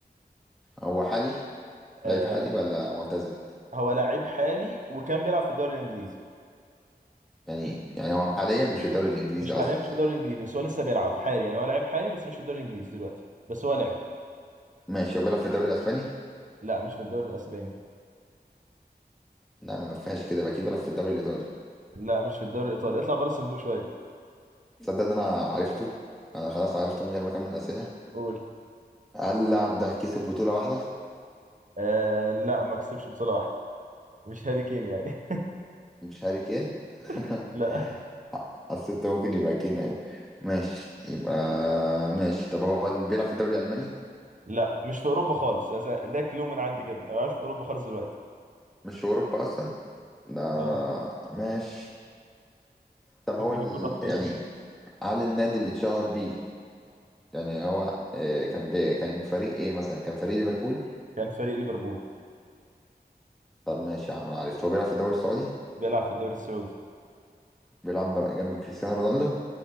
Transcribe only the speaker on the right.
آه
هو لعيب حالي وكان بيلعب في الدوري الانجليزي
مش حاليا
مش في
الدوري الانجليزي بس هو لسه بيلعب حالي يعني هو لعيب حالي بس مش في الدوري الانجليزي دلوقتي بس هو لعب
لا مش في الدوري الاسباني
لا مش في الدوري الايطالي اطلع بره الصندوق شويه
قول
آه لا ما كسبش بطوله واحده مش هاري كين يعني
<laughs> لا
لا مش في اوروبا خالص يا سا- ده كلو من عندي كده انا مش في اوروبا خالص دلوقتي
آه.
ممكن
يكون راح فين
كان فريق ليفربول
بيلعب في الدوري السعودي